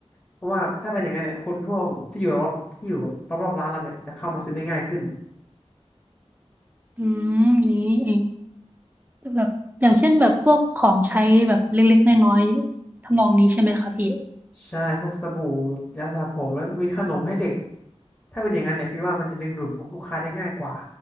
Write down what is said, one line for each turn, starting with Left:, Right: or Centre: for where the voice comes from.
Left: เพราะว่าถ้าเป็นอย่างนั้นเนี่ยคนทั่วที่อยู่รอบที่อยู่แบบรอบๆร้านเราเนี่ยจะเข้ามาซื้อได้ง่ายขึ้น
Right: อืมนี้นี่เองแบบอย่างเช่นแบบพวกของใช้แบบเล็กๆน้อยๆทำนองนี้ใช่ไหมคะพี่
Left: ใช่พวกสบู่ยาสระผมแล้วก็มีขนมให้เด็กถ้าเป็นอย่างนั้นเนี่ยพี่ว่ามันจะดึงดูดลูกค้าได้ง่ายกว่า